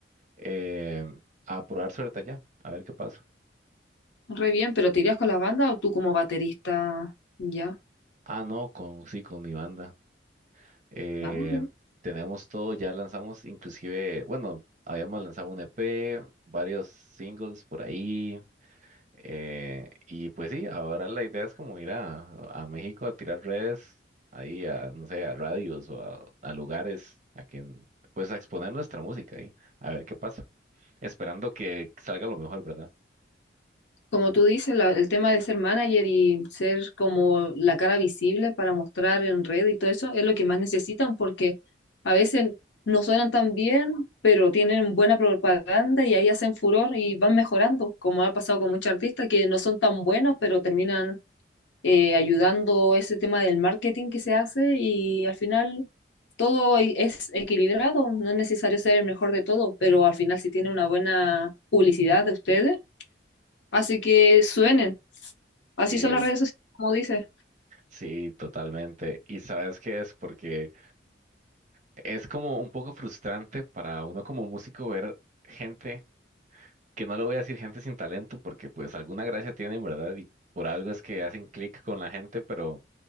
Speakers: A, on the right (about 40°); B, on the left (about 80°).
A: eh, a probar suerte allá, a ver qué pasa.
B: re bien, pero ¿te irías con la banda o tú como baterista? Ya,
A: Ah, no, con, sí, con mi banda. Eh,
B: ya, ok.
A: tenemos todo, ya lanzamos inclusive, bueno, habíamos lanzado un EP, varios singles por ahí, Eh, y pues sí, ahora la idea es como ir a, a México a tirar redes, ahí a, no sé, a radios o a, a lugares, a quien, pues a exponer nuestra música ahí, a ver qué pasa, esperando que salga lo mejor, ¿verdad?
B: Como tú dices, la- el tema de ser manager y ser como la cara visible para mostrar en red y todo eso es lo que más necesitan porque a veces no suenan tan bien, pero tienen buena propaganda y ahí hacen furor y van mejorando, como ha pasado con muchos artistas que no son tan buenos, pero terminan eh, ayudando ese tema del marketing que se hace y al final todo e- es equilibrado, no es necesario ser el mejor de todo, pero al final si tiene una buena publicidad de ustedes Así que suenen. Así
A: Sí,
B: son las redes sociales, como dices.
A: sí, totalmente. ¿Y sabes qué es? Porque es como un poco frustrante para uno como músico ver gente, que no le voy a decir gente sin talento, porque pues alguna gracia tienen, ¿verdad? Y por algo es que hacen clic con la gente, pero